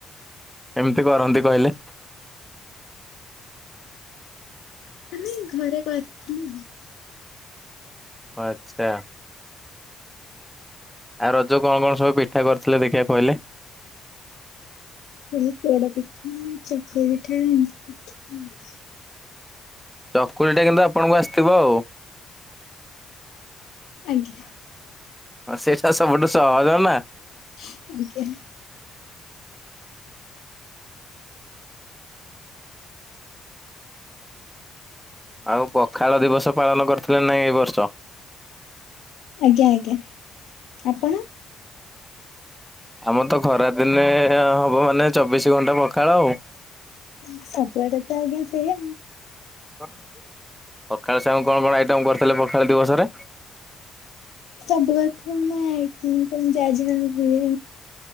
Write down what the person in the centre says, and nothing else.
ଏମିତି କରନ୍ତି କହିଲେ?
ଆଚ୍ଛା। ଆଉ ରଜ କଣ-କଣ ସବୁ ପିଠା କରିଥିଲେ ଦେଖିବା କହିଲେ
ଚକୁଲି ଟା କିନ୍ତୁ ଆପଣଙ୍କୁ ଆସିଥିବ ଆଉ।
ହ ସେଇଟା ସବୁଠୁ ସହଜ ନା।
ଆଉ ପଖାଳ ଦିବସ ପାଳନ କରିଥିଲେ ନାଇଁ ଏଇ ବର୍ଷ।
ଆମର ତ ଖରା ଦିନେ ହବ ମାନେ ଚବିଶି ଘଣ୍ଟା ପଖାଳ ଆଉ।
ପଖାଳ ସାଙ୍ଗକୁ କଣ-କଣ ଆଇଟମ୍ କରିଥିଲେ ପଖାଳ ଦିବସରେ